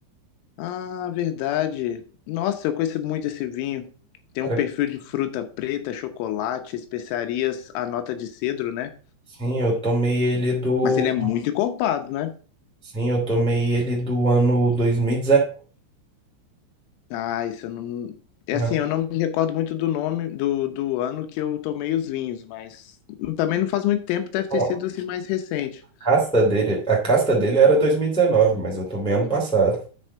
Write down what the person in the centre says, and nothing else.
Cara,
sim, eu tomei ele do,
sim, eu tomei ele do ano dois mil e
Não,
não,
a
casta dele, a casta dele era 2019, mas eu tomei ano passado.